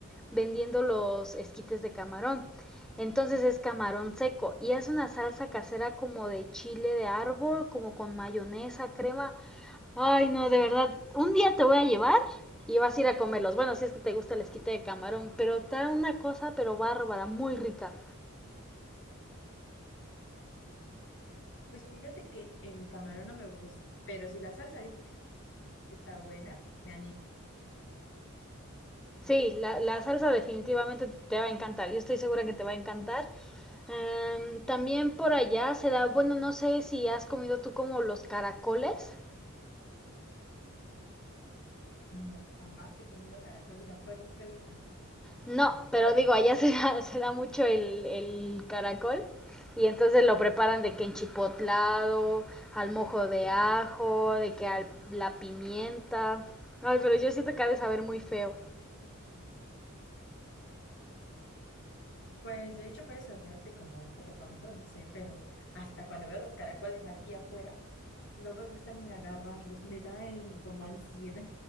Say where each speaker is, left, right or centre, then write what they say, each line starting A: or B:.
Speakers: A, in the centre; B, on the left.
A: vendiendo los esquites de camarón. Entonces es camarón seco y hace una salsa casera como de chile de árbol, como con mayonesa, crema. Ay, no, de verdad. Un día te voy a llevar y vas a ir a comerlos. Bueno, si es que te gusta el esquite de camarón, pero está una cosa, pero bárbara, muy rica.
B: Pues fíjate que el camarón no me gusta, pero si la salsa dices que está buena, me animo.
A: Sí, la, la salsa definitivamente te va a encantar. Yo estoy segura que te va a encantar. Em, también por allá se da, bueno, no sé si has comido tú como los caracoles.
B: No, jamás he comido caracoles, ¿no? ¿Cuáles sí te gustan?
A: No, pero digo, allá <laughs> se da, se da mucho el, el caracol y entonces lo preparan de que en chipotlado, al mojo de ajo, de que al, la pimienta. Ay, pero yo siento que ha de saber muy feo.
B: Pues de hecho puedes sonarte como un poco tonto, no sé, pero hasta cuando veo los caracoles aquí afuera, no me gusta ni agarrarlos, me da eh, como ansiedad.